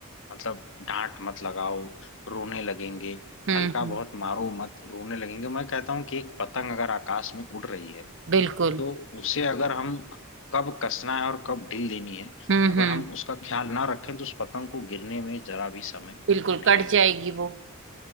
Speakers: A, on the left (about 65°); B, on the right (about 60°).
A: मतलब डांट मत लगाओ रोने लगेंगे
B: हम्म
A: हल्का
B: हम्म,
A: बहुत मारो मत रोने लगेंगे मैं कहता हूँ कि एक पतंग अगर आकाश में उड़ रही है
B: बिल्कुल
A: तो उसे अगर बिल्कुल हम कब कसना है और कब ढील देनी है
B: हम्म
A: अगर
B: हम्म
A: हम उसका ख्याल ना रखें तो उस पतंग को गिरने में जरा भी समय
B: बिल्कुल
A: नहीं
B: कट
A: लगेगा
B: जाएगी वो